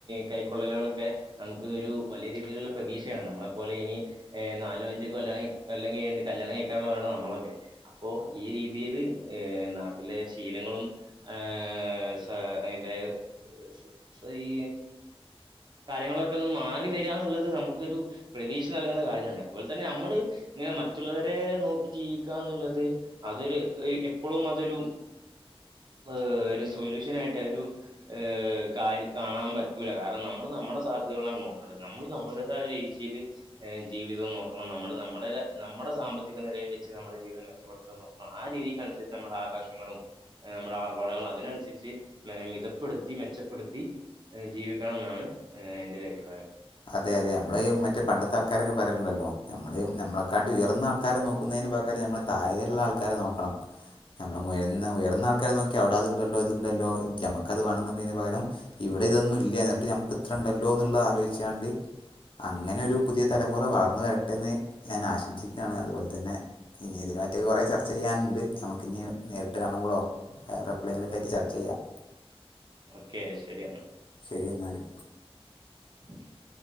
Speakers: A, on the right; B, on the left.
A: കൈക്കൊള്ളലാളൊക്കെ നമുക്ക് ഒരു വലിയ രീതിയിലുള്ള പ്രതീക്ഷയാണ് നമ്മളെ പോലെ ഇനി ഏഹ് നാലോ അഞ്ചോ കൊല്ലങ്ങ് കൊല്ലം കഴിഞ്ഞിട്ട് കല്യാണം കഴിക്കാനുള്ളവരാണ് നമ്മളൊക്കെ അപ്പോ ഈ രീതിയില് ഏഹ് നാട്ടിലെ ശീലങ്ങളും ആഹ് സ അയിന്റെ സ് സ് ഈ കാര്യങ്ങളൊക്കെ ഒന്ന് മാറി വരാന്നുള്ളത് നമുക്കൊരു പ്രതീക്ഷ നൽകുന്ന കാര്യാണ് അതുപോലെ തന്നെ നമ്മള് ഇങ്ങനെ മറ്റുള്ളവരെ നോക്കി ജീവിക്കാന്നുള്ളത് അതൊരു എഹ് എപ്പളും അതൊരു ഏഹ് ഒരു സൊല്യൂഷൻ ആയിട്ട് ഒരു ഏഹ് കാര്യം കാണാൻ പറ്റൂല കാരണം നമ്മള് നമ്മടെ സാധ്യതകളാണ് നോക്കേണ്ടത് നമ്മള് നമ്മളുടേതായ രീതിയില് ഏഹ് ജീവിതം നോക്കണം നമ്മള് നമ്മുടെ ഒര് നമ്മുടെ സാമ്പത്തിക നിലയിൽ വെച്ച് നമ്മുടെ ജീവിതം മെച്ചപ്പെടുത്താൻ നോ ആഹ് രീതിക്ക് അനുസരിച്ച് നമ്മുടെ ആകാശങ്ങളും നമ്മടെ ആർഭാടങ്ങളും അതിനനുസരിച്ച് മെ മിതപ്പെടുത്തി മെച്ചപ്പെടുത്തി ജീവിക്കണംന്നാണ് എൻ്റെ ഒരഭിപ്രായം
B: അതെ അതെ ഞമ്മള് ഈ മറ്റേ പണ്ടത്തെ ആൾക്കാരൊക്കെ പറയ്ല്ണ്ടല്ലോ ഞമ്മള് ഞമ്മളെക്കാട്ടി ഉയർന്ന ആൾക്കാരെ നോക്കുന്നേന് പകരം നമ്മള് തായേള്ള ആൾക്കാരെ നോക്കണം ഞമ്മള് ഉയർന്ന ഉയർന്ന ആൾക്കാരെ നോക്കി അവിടെ അതുണ്ടല്ലോ ഇതുണ്ടല്ലോ ഞമ്മക്കത് വേണെന്നുണ്ടെന് പകരം ഇവിടെ ഇതൊന്നും ഇല്യ ഇന്നിട്ടും ഞമ്മക്ക് ഇത്ര ഇണ്ടല്ലോന്നുള്ളത് ആലോചിച്ചാണ്ട് അങ്ങനെ ഒരു പുതിയ തലമുറ വളർന്നു വരട്ടെന്ന് ഞാൻ ആശംസിക്കാണ് അതുപോലെ തന്നെ ഇഞ്ഞി ഇതിനെ പറ്റി കുറേ ചർച്ച ചെയ്യാനുണ്ട് നമുക്ക് ഇനി നേരിട്ട് കാണുമ്പോളോ വേറെ എപ്ലെങ്കിലൊക്കായിട്ട് ചർച്ച ചെയ്യാം
A: ഓക്കെ ശരിയെന്നാ
B: ശരി എന്നാല്
A: <unintelligible>